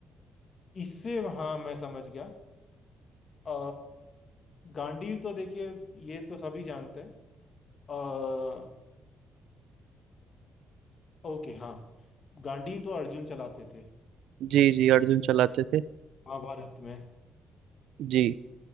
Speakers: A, on the left; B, on the right.
A: इससे हाँ मैं समझ गया अ, गांडीव तो देखिए ये तो सभी जानते हैं अ, ओके हाँ गांडीव तो अर्जुन चलाते थे
B: जी जी अर्जुन चलाते थे
A: महाभारत में
B: जी